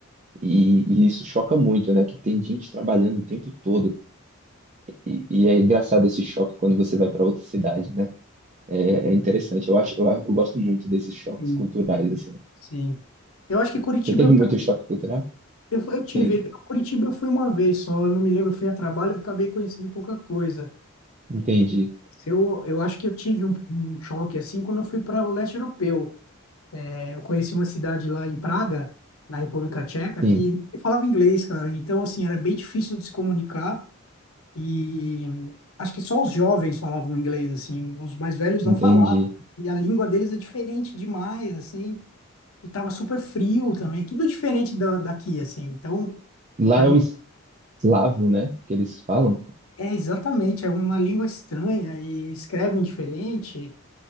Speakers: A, on the right; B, on the left.
A: E, e isso choca muito, né? Que tem gente trabalhando o tempo todo. E, e é engraçado esse choque quando você vai para outra cidade, né? É, é interessante. Eu acho, eu, eu gosto muito desses choques
B: Sim.
A: culturais, assim.
B: Sim. Eu acho que Curitiba
A: Você teve
B: eu,
A: muito
B: ta-
A: choque cultural?
B: eu, eu tive.
A: Sim,
B: Curitiba eu fui uma vez só, eu não me lembro, eu fui a trabalho, eu acabei conhecendo pouca coisa.
A: entendi.
B: Eu, eu acho que eu tive um, um choque assim quando eu fui para o leste europeu. É, eu conheci uma cidade lá em Praga, na República Tcheca,
A: Sim,
B: que ninguém falava inglês, cara. Então, assim, era bem difícil de se comunicar. E acho que só os jovens falavam inglês, assim, os mais velhos
A: entendi.
B: não falavam. E a língua deles é diferente demais, assim, e tava super frio também, tudo diferente da, daqui, assim. Então,
A: Lá
B: para
A: é
B: mim,
A: o eslavo, né? Que eles falam.
B: é exatamente, é uma língua estranha e escrevem diferente